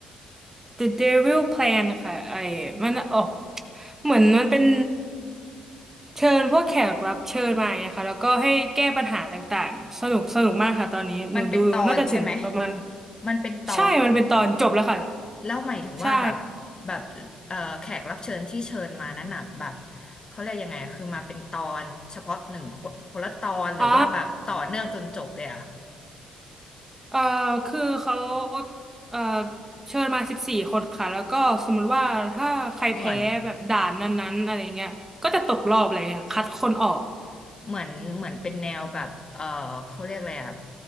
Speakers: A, on the right; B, on the left.
A: The Devil Plan ค่ะไอ้มันออกเหมือนมันเป็นเชิญพวกแขกรับเชิญมาอย่างเงี้ยค่ะแล้วก็ให้แก้ปัญหาต่างๆสนุกสนุกมากค่ะตอนนี้หนูดูน่าจะถึงประมาณ
B: มันเป็นตอนใช่ไหมมันเป็นตอนเหรอ
A: ใช่มันเป็นตอนจบแล้วค่ะ
B: แล้วหมายถึงว่าแบบ
A: ใช่
B: แบบเอ่อแขกรับเชิญที่เชิญมานั้นน่ะแบบเขาเรียกยังไงอะคือมาเป็นตอนเฉพาะหนึ่งคนคนละตอนหรือว่าแบบต่อเนื่องจนจบเลยอะ
A: อ๋อเออคือเขาเออเชิญมาสิบสี่คนค่ะ แล้วก็สมมุติว่าถ้าใครแพ้แบบด่านนั้นๆอะไรเงี้ยก็จะตกรอบอะไรเงี้ยคัดคนออก
B: เหมือนเหมือนเหมือนเป็นแนวแบบเออเขาเรียกอะไรอะ